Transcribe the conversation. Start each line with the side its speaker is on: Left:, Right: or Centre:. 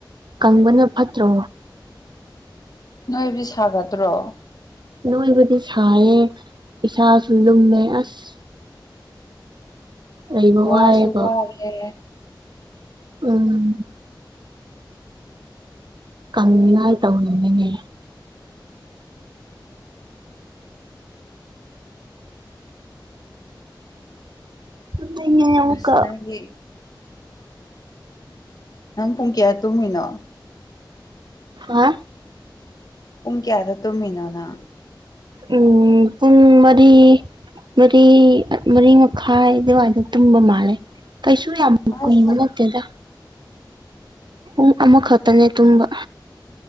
Right: ꯀꯪꯕꯅ ꯐꯠꯇ꯭ꯔꯣ
Left: ꯅꯣꯏꯕꯗꯤ ꯁꯥꯒꯠꯇ꯭ꯔꯣ
Right: ꯅꯣꯏꯕꯗꯤ ꯁꯥꯏꯌꯦ ꯏꯁꯥꯁꯨ ꯂꯨꯝꯃꯦ ꯑꯁ ꯂꯩꯕ
Left: ꯋꯥꯁꯨ
Right: ꯋꯥꯏꯌꯦꯕ
Left: ꯋꯥꯌꯦ
Right: ꯎꯝ ꯀꯪꯅꯉꯥꯏ ꯇꯧꯔꯤꯅꯤꯅꯦ ꯇꯨꯝꯅꯤꯡꯉꯦ ꯑꯃꯨꯛꯀ
Left: ꯑꯁ ꯅꯪꯗꯤ ꯅꯪ ꯄꯨꯡ ꯀꯌꯥ ꯇꯨꯝꯃꯤꯅꯣ
Right: ꯍꯥ
Left: ꯄꯨꯡ ꯀꯌꯥꯗ ꯇꯨꯃꯤꯅꯣ ꯅꯪ
Right: ꯎꯝ ꯄꯨꯡ ꯃꯔꯤ ꯃꯔꯤ ꯃꯔꯤ ꯃꯈ ꯗꯒꯥꯏꯗꯤ ꯇꯨꯝꯕ ꯃꯥꯂꯦ ꯀꯩꯁꯨ ꯌꯥꯝ
Left: ꯑꯁ
Right: ꯀꯨꯏꯕ ꯅꯠꯇꯦꯗ ꯄꯨꯡ ꯑꯃꯥꯈꯛꯇꯅꯦ ꯇꯨꯝꯕ